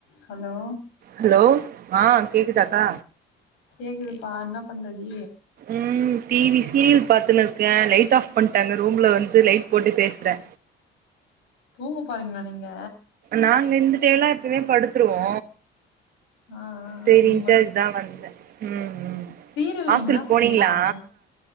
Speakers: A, on the left (about 80°); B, on the right (about 50°).
A: ஹலோ
B: ஹலோ ஆ கேக்குதாக்கா
A: கேக்குதுப்பா என்ன பண்றடி
B: ம் டிவி சீரியல் பாத்துன்னுருக்கே லைட் ஆஃப் பண்ணட்டாங்க ரூம்ல வந்து லைட் போட்டு பேசுறே
A: தூங்கு போறீங்களா நீங்க
B: நாங்க இருந்தட்டே எல்லா எப்யுமே படுத்துருவோ
A: ஆ
B: சரிண்டு
A: ஆ நீ
B: தா வந்த ம் ம்
A: சீரில்ல
B: ஹாஸ்டல்
A: என்ன சொ
B: போனீங்களா
A: சொன்ன